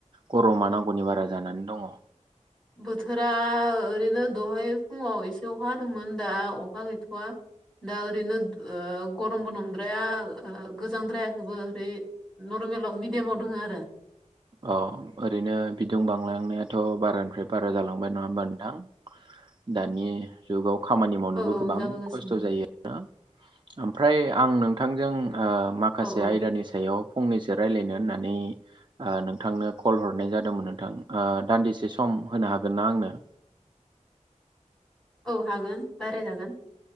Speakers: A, on the right; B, in the centre.
A: गरमा नांगौनि बारा जानानै दङ?
B: बोथोरा ओरैनो दहाय फुङाव एसे अखा हादोंमोन दा अखा गैथ'वा दा ओरैनो ओ गरमबो नंद्राया ओ गोजांद्रायाखैबो ओरै नरमेलाव मिडियामाव दोङो आरो
A: अ ओरैनो बिदुं बांलांनायाथ' बारानिफ्राय बारा जालांबाय नङा होमबा नोंथां दानि जुगाव खामानि मावनोबो
B: औ औ
A: गोबां
B: जाबोगासिनो
A: खस्थ' जायो ओमफ्राय आं नोंथांजों ओ माखासे
B: औ औ
A: आयदानि सायाव फंनैसो रायलायनो होननानै ओ नोंथांनो कल हरनाय जादोंमोन नोंथां ओ दान्दिसे सम होनो हागोनना आंनो?
B: औ हागोन रायलाय जागोन